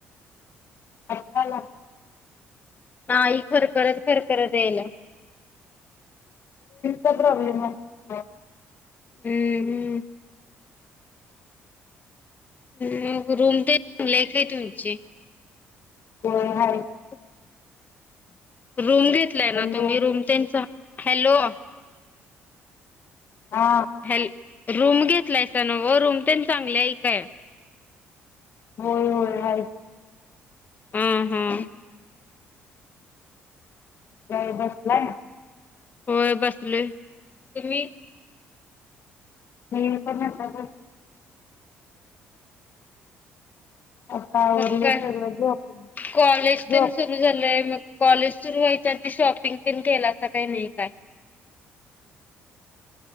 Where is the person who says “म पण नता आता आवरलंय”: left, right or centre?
Left